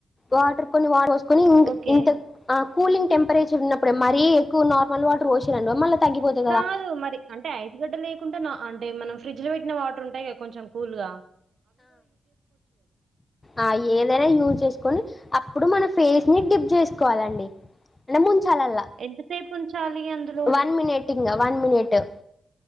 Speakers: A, on the left; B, on the right.
A: వాటర్ కొన్ని వాటర్ పోస్ ని
B: ఓకే
A: ఇంత ఆ కూలింగ్ టెంపరేచర్ ఉన్నప్పుడే మరీ ఎక్కు కున్నార్ మల్లి వాటర్ పోసిర్రు మళ్ళీ తగ్గిపోతది కదా
B: కాదు మరి అంటే ఐస్ గడ్డ లేకుండా అంటే మనం ఫ్రిడ్జ్ లో పెట్టిన వాటర్ ఉంటాయి కదా కొంచెం కూల్ గా
A: ఆ ఏదైనా యూజ్ చేసు కోని అప్పుడు మన ఫేస్ ని డిప్ చేసుకోవాలండి లే మున్ చల్ ల లా
B: ఎంతసేపు ఉంచాలి అందులో
A: వన్ మనిట్ ఇంగ వన్ మినిటు